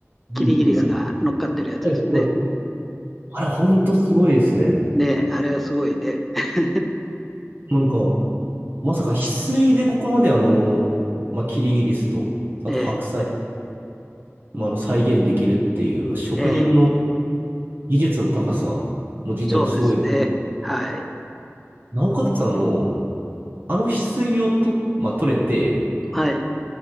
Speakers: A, on the right (about 45°); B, in the centre.
A: 見に行きました。
B: キリギリスが乗っかってるやつですね。
A: はいはいあれ、ほんとすごいですね。
B: ねえ、あれはすごいね。<laughs>
A: なんか、まさか翡翠でここまであの、まあ、キリギリスと、あと白菜、
B: え
A: まあ、あの再現できるっていうような職人の
B: え、ええ、
A: 技術の高さも自体もすごい。
B: そうですね。はい。
A: なおかつ、あの、あの翡翠をと、まあ、取れて、
B: はい。